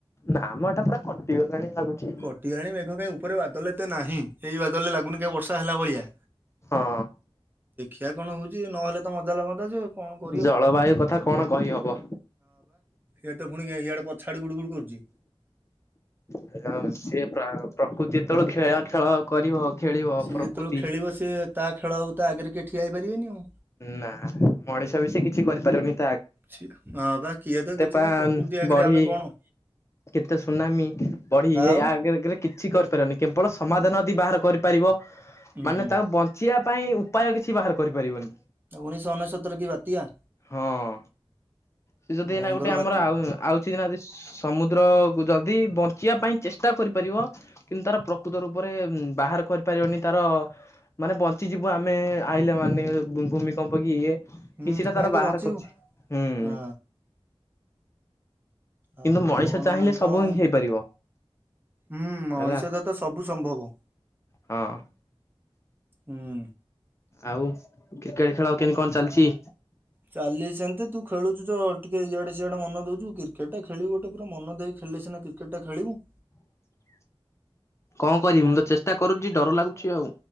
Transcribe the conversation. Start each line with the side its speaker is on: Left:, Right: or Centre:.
Left: ନାମ ଏଟା ପୁରା କଟିଗଲାଣି। ଲାଗୁଛି।
Right: କଟିଗଲାଣି ମେଘ କାଇଁ ଉପରେ ବାଦଲ ଏତେ ନାହିଁ, ସେଇ ବାଦଲରେ ଲାଗୁନି କାଇଁ ବର୍ଷା ହେଲା ଭଳିଆ।
Left: ହଁ।
Right: ଦେଖିଆ କଣ ହଉଚି ନହେଲେ ତ ମଜା ଲାଗନ୍ତା ଯେ କଣ କରିବୁ
Left: ଜଳବାୟୁ କଥା କଣ କହିହବ?
Right: ଇଆଡ଼େ ତ ପୁଣି ଇଆଡେ ପଛ ଆଡେ ଗୁଡୁ ଗୁଡ କରୁଚି।
Left: ସେ ହଁ, ପ୍ରା ପ୍ରକୃତି ଯେତେବେଳେ ଖେଳ ଖେଳ କରିବ ଖେଳିବ
Right: ସିଏ
Left: ପ୍ରକୃତି
Right: ଯେତେବେଳେ ଖେଳିବ ସିଏ ତା ଖେଳ ଆଉ ତା ଆଗରେ କିଏ ଠିଆ ହେଇପାରିବେନି ଆଉ।
Left: ନା ମଣିଷ ବି ସେ କିଛି କରିପାରୁନି।
Right: ଛି ହଁବା କିଏ ତ କିଛି
Left: ପା
Right: ନାହିଁ, ପ୍ରକୃତି ଆଗରେ
Left: ବଢି
Right: ଆମେ କଣ?
Left: କେତେ ସୁନାମୀ ବଢି ଇଏ
Right: ଆଉ
Left: ୟାଗ ଆଗରେ କିଛି କରିପାରିବନି, କେବଳ ସମାଧାନ
Right: ଉ
Left: ଯଦି ବାହାର କରି ପାରିବ,
Right: ହୁଁ
Left: ମାନେ ତାକୁ ବଞ୍ଚିବା ପାଇଁ ଉପାୟ କିଛି ବାହାର କରିପାରିବନି।
Right: ଉଣେଇଶହ ଅନେଶତରେ କି ବାତ୍ୟା?
Left: ହଁ। ସେ ଯଦି
Right: ଭୟଙ୍କର
Left: ଏଇନା ଗୋଟେ ଆମର
Right: ବାତ୍ୟା
Left: ଆ ଆଉଛିକିନା ସମୁ ଦ୍ର ଯଦି ବଞ୍ଚିବା ପାଇଁ ଚେଷ୍ଟା କରିପାରିବ, କିନ୍ତୁ ତାର ପ୍ରକୃତ ରୂପରେ ବାହାର କରିପା ରିବନି ତାର, ମାନେ ବଞ୍ଚିଯିବୁ ଆମେ ଆଇଲେ ମାନେ ଭୂମିକମ୍ପ କି ଇଏ କିଛିଟା
Right: ହୁଁ କେମିତି
Left: ତାର ବାହାର
Right: ବଞ୍ଚିବୁ
Left: କରୁଚି ହୁଁ।
Right: ହଁ ଆଉ
Left: କିନ୍ତୁ ମଣିଷ
Right: କଣ
Left: ଚାହିଁଲେ
Right: ଏମିତି
Left: ସବୁ
Right: ଆଉ
Left: ହିଁ ହେଇପାରିବ।
Right: ହୁଁ ମଣିଷ
Left: ହେଲା
Right: ତ ତ ସବୁ ସମ୍ଭବ।
Left: ହଁ
Right: ହୁଁ।
Left: ଆଉ କ୍ରିକେଟ ଖେଳ କେମିତି କଣ ଚାଲିଚି?
Right: ଚାଲିଚି ସେମିତି ତୁ ଖେଲୁଚୁ ଟିକେ ଇଆଡେ ସିଆଡେ ମନ ଦଉଛୁ କ୍ରିକେଟ ଟା ଖେଳିବୁ ଗୋଟେ ପୁରା ମନ ଦେଇ ଖେଳୁ ଥିଲେ ସିନା କ୍ରିକେଟ ଖେଳିବୁ।
Left: <unintelligible> କଣ କରିବି
Right: ଆ
Left: ମୁଁ ତ ଚେଷ୍ଟା କରୁଛି ଡର ଲାଗୁଛି ଆଉ